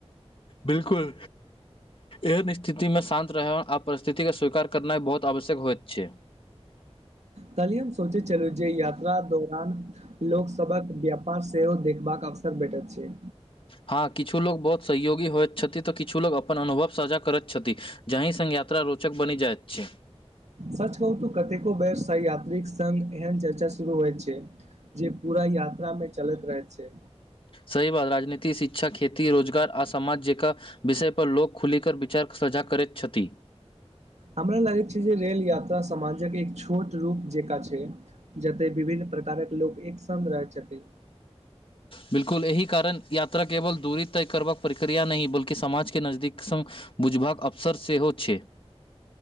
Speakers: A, on the left (about 55°); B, on the right (about 85°).
A: बिलकुल एहन स्थिति मे शान्त रहय आ परिस्थितिकेँ स्वीकार करनाइ बहुत आवश्यक होइत छै
B: काल्हि हम सोचे छलू जे यात्रा दौरान लोक सबहक व्यापार सेहो देखबाक अवसर भेठैत छै
A: हँ किछु लोग बहुत सहयोगी होइत छथि तऽ किछु लोग अपन अनुभव सांझा करैत छथि जाही सँ यात्रा रोचक बनि जाइत छै।
B: सच कहू तो कतेको बेवसाइ यात्रिक संग एहन चर्चा शुरू होइत छै जे पूरा यात्रा मे चलैत रहै छै।
A: सही बात राजनीति शिक्षा खेती रोजगार आ समाज जकाँ विषय पर लोक खुली कर विचार कऽ साझा करैत छथि
B: हमरा लागैत छै जे रेल यात्रा समाजक एक छोट रूप जेकाँ छै जते विभिन्न प्रकारक लोक एक संग रहै छथि
A: बिल्कुल एहि कारण यात्रा केवल दूरी तय करबाक प्रक्रिया नहि बल्कि समाज केँ नजदीक संग बुझबाक अवसर सेहो छै।